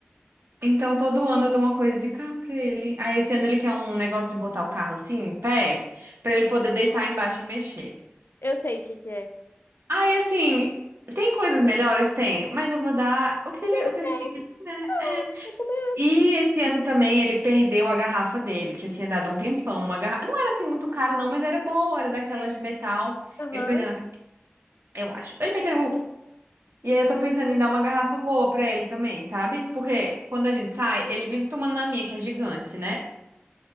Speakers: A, on the right; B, on the left.
A: Então, todo ano eu dou uma coisa de carro pra ele. Aí, esse ano ele quer um negócio de botar o carro assim, em pé, pra ele poder deitar embaixo e mexer.
B: Eu sei o que que é.
A: Aí, assim, tem coisas melhores? Tem, mas eu vou dar o que
B: Porque
A: ele,
B: ele
A: o que
B: tem.
A: ele quiser.
B: Ah,
A: É.
B: eu também acho.
A: E esse ano também ele perdeu a garrafa dele, que eu tinha dado há um tempão. Uma garrafa... Não era assim muito cara, não, mas era boa, era daquelas de metal.
B: Aham.
A: Ele perdeu, na- eu acho. Ele perdeu. E aí eu tô pensando em dar uma garrafa boa pra ele também, sabe? Porque quando a gente sai, ele vive tomando na minha, que é gigante, né?